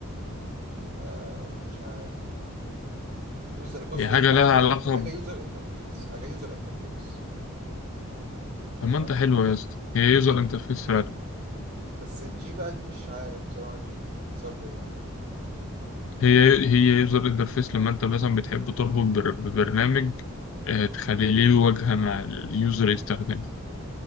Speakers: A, on the right (about 45°); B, on the left (about 65°).
A: آه مش عارف يوزر بص
B: هي حاجة
A: هي حاجة
B: لها علاقة
A: حاجة
B: ب...
A: يوزر انترفيس حاجة يوزر انترفيس
B: طب
A: تمام
B: ما انت حلوة يا اسطى هي يوزر انترفيس فعلا
A: بس الجي بقى دي مش عارف بصراحة الجي دي اختصار لإيه
B: هي هي يوزر انترفيس لما انت مثلا بتحب تربط بر- ببرنامج آه، تخلي ليه واجهة مع اليوزر يستخدمه